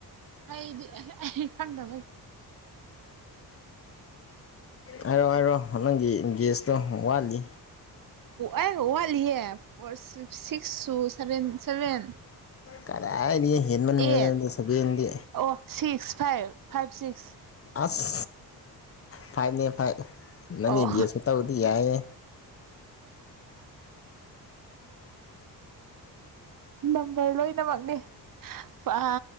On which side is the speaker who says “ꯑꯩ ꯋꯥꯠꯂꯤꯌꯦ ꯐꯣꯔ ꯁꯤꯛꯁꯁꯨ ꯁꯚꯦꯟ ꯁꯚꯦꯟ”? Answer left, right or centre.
Right